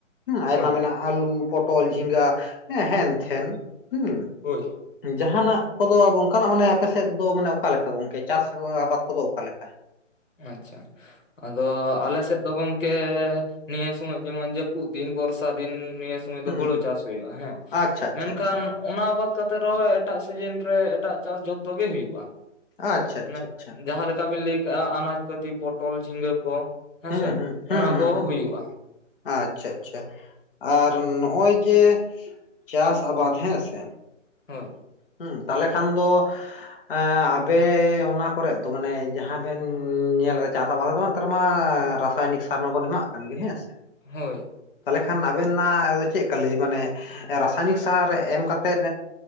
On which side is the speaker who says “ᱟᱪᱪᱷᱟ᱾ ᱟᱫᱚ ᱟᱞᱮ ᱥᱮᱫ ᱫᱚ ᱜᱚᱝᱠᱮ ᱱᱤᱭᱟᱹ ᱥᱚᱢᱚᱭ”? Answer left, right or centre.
Left